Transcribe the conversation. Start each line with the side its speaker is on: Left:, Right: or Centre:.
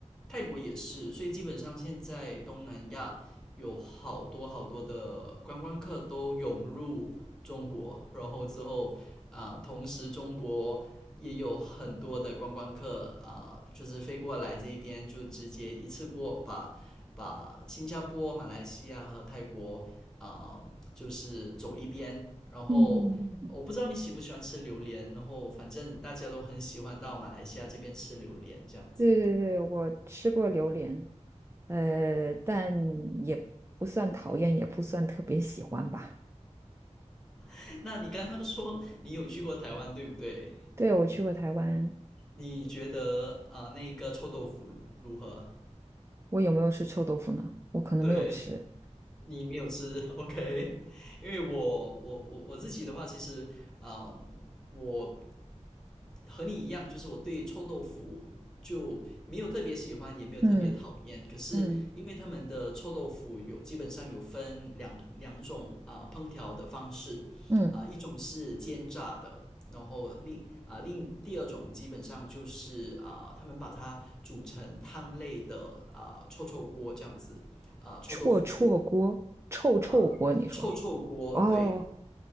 Centre: 泰国也是，所以基本上现在东南亚有好多好多的观光客都涌入中国，然后之后啊、呃同时中国也有很多的观光客啊、呃就是飞过来这边就直接一次过把把新加坡、马来西亚和泰国啊、呃就是走一边，然后。
Right: 嗯，
Centre: 我不知道你喜不喜欢吃榴莲，然后反正大家都很喜欢到马来西亚这边吃榴莲这样子。
Right: 对对对，我吃过榴莲，呃，但也不算讨厌，也不算特别喜欢吧。
Centre: <laughs> 那你刚刚说你有去过台湾，对不对？
Right: 对，我去过台湾，
Centre: 你觉得啊，那个臭豆腐如何？
Right: 我有没有吃臭豆腐呢？我可能没有吃。
Centre: 对，你没有吃 <laughs>，OK？因为我我我我自己的话，其实啊，我和你一样，就是我对臭豆腐就没有特别喜欢，也没有特别讨厌。
Right: 嗯
Centre: 可是因为他们的臭豆腐有基本上有分两两种啊、
Right: 嗯
Centre: 呃烹调的方式，
Right: 嗯，
Centre: 啊、呃一种是煎炸的，然后另啊、呃另第二种基本上就是啊、呃他们把它煮成汤类的啊、呃臭臭锅这样子，啊、呃臭豆腐锅
Right: 臭臭锅，臭臭锅，
Centre: 啊、呃臭臭锅对。
Right: 你说哦，